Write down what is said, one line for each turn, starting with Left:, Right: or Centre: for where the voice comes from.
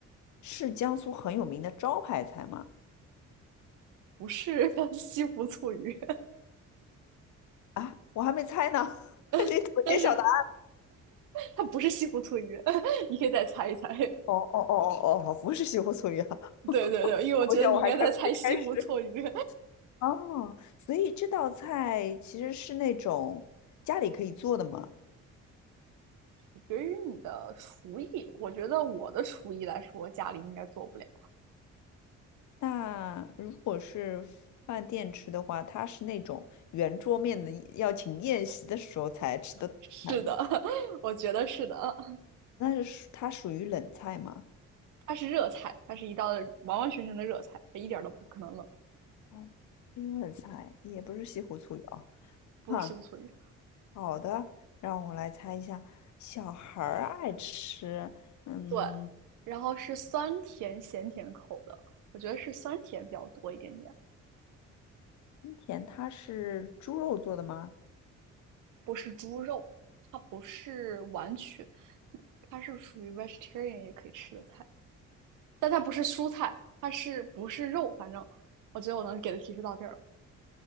Left: 是江苏很有名的招牌菜吗？
Right: 不是 <laughs> 西湖醋鱼，
Left: 啊，我还没猜呢，<laughs> 你怎么揭晓的？
Right: <laughs> 但是它不是西湖醋鱼，<laughs> 你可以再猜一猜。
Left: 哦哦哦哦哦，不是西湖醋鱼啊！
Right: 对对对，因为我觉得你应该在猜西湖醋鱼。
Left: 我想我还开没开始。哦，所以这道菜其实是那种家里可以做的嘛。
Right: <laughs> 对于你的厨艺，我觉得我的厨艺来说，家里应该做不了。
Left: 那如果是饭店吃的话，它是那种圆桌面的，要请宴席的时候才吃的菜吗？
Right: 是的，<laughs> 我觉得是的。
Left: 那是属它属于冷菜吗？
Right: 它是热菜，它是一道完完全全的热菜，它一点儿都不可能冷，
Left: 哦，是冷菜也不是西湖醋鱼啊。
Right: 不是西湖醋鱼。
Left: 哈，好的，让我来猜一下，小孩儿爱吃，嗯。
Right: 对，然后是酸甜咸甜口的，我觉得是酸甜比较多一点点，
Left: 春田它是猪肉做的吗？
Right: 不是猪肉，它不是完全，它是属于 vegetarian 也可以吃的菜。但它不是蔬菜，它是不是肉？反正我觉得我能给的提示到这儿。